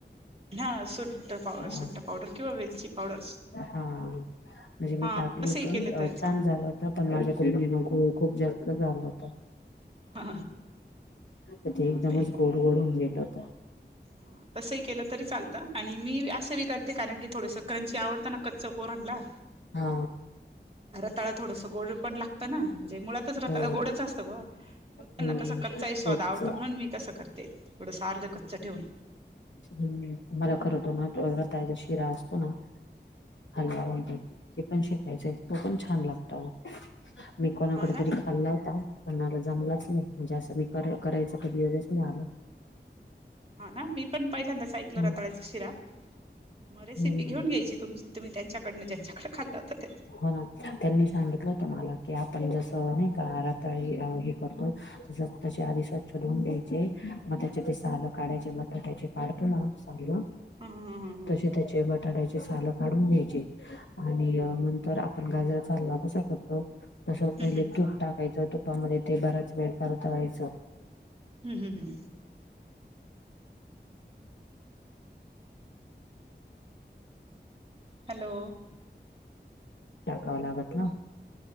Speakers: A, on the right; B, on the left.
A: हा सुंठ पावदर
B: हा
A: सुंठ पावडर किंवा वेलची पावडर
B: हा म्हणजे मी
A: हा
B: टाकली
A: असंही
B: होती
A: केलं तरी चालत
B: छान झाल. आता मी माझ्या खोलीत गेलो खू खूप जास्त झालं होता.
A: हा हा
B: ते एकदमच
A: नाही
B: गोड गोड होऊन गेल होत.
A: हा तसंही केलं तरी चालतं आणि मी असं बी करते कारण की थोडस क्रांची आवडत. अन कच्च पोरांला.
B: हा
A: रताळा थोडस गोड पण लागतं ना म्हणजे मुळातच रताळ
B: हो
A: गोडच असतं बुवा. मगना
B: हम्म
A: तसा कच्चा स्वाद
B: तेच
A: आवडत म्हणून मी तसं करते थोडंस अर्ध कच्च ठेवून.
B: हम् मला खर त हो ना रताळ्याचा शिरा असतो ना,. हलवा म्हण ते पण शिषकायचंय तो पण छान लागतो मी कोणाकडे.
A: हा ना
B: तरी खाल्ला होता पण मला जमलाच नाही म्हणजे असं मी करायच कधी योगच नाही आला.
A: हा ना मी पण पहिल्यांदाच ऐकला
B: हम्म
A: रताळ्याचा शिरा. म रेसिपी
B: हम्म
A: घेऊन घ्यायची तुमची तुम्ही त्यांच्याकडनं ज्यांच्याकडे खाल्ल होत त्यांनी.
B: हो ना त्यांनी सांगितलं होत मला की आपण जसं नाही का रताळे हे करतो,. तस त्याच्या आधी स्वच्छ धुऊन घ्यायचे. मग त्याचे ते सालं काढायचे. बटाट्याचे काढतो ना सालं.
A: हं हं
B: तसे त्याचे बटाट्याचे सालं काढून घ्यायचे आणि नंतर आपण गाजराचा हलवा कसा करतो? तस
A: हं
B: पहिले
A: हं हं
B: तुप टाकायचं तु तुपामध्ये ते बराच वेळ परतवायचं.
A: हम् हम हं हॅलो
B: टाकावं लागत ना.